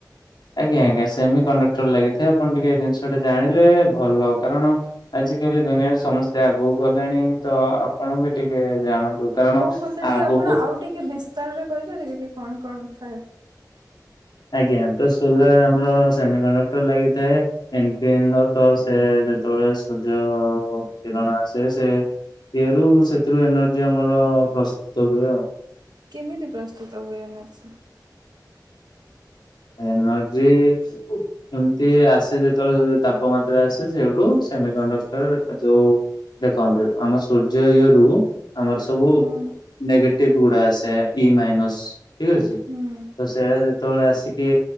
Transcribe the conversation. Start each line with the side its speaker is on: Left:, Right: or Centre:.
Left: ଆଜ୍ଞା ଆଜ୍ଞା ସେମି କଣ୍ଡକ୍ଟର ଲାଗିଥାଏ ଆପଣ ଟିକେ ଏ ଜିନଷଟି ଜାଣିଲେ ଭଲ କାରଣ ଆଜିକାଲି ଦୁନିଆରେ ସମସ୍ତେ ଆଗକୁ ଗଲେଣି ତ ଆପଣ ବି ଟିକେ ଜାଣନ୍ତୁ। କାରଣ
Right: ହୋଉ ମତେ ଟିକେ
Left: ଆଗକୁ
Right: ଆପଣ ଆଉ ଟିକେ ବିସ୍ତାରରେ କହିପାରିବେ କି କଣ କଣ ଥାଏ?
Left: ଆଜ୍ଞା ତ ସୋଲାର ଆମର ସେମି କଣ୍ଡକ୍ଟର ଲାଗିଥାଏ। ଏନ୍ ପି ଏନ୍ ର ତ ସେ ଯେତୋଳେ ସୂର୍ଯ୍ୟ କିରଣ ଆସେ ସେ ଇଏରୁ ସେଥିରୁ ଏନର୍ଜି ଆମର ପ୍ରସ୍ତୁତ ହୁଏ ଆଉ।
Right: କେମିତି ପ୍ରସ୍ତୁତ ହୁଏ ଏନର୍ଜି?
Left: ଏନର୍ଜି ଏ ଏମତି ଆସେ ଯେତେବେଳେ ତାପମାତ୍ରା ଆସେ ସେଇଠୁ ସେମିକଣ୍ଡକ୍ଟର ଯୋଉ ଦେଖନ୍ତୁ ଆମ ସୂର୍ଯ୍ୟ ଇଏରୁୁ ଆମର ସବୁ
Right: ହୁଁ
Left: ନେଗେଟିଭଗୁଡା ଆସେ ଇ ମାଇନସ୍ ଠିକ୍ ଅଛି ତ
Right: ହୁଁ
Left: ସେଇଡା ଯେତେବେଳେ ଆସି କି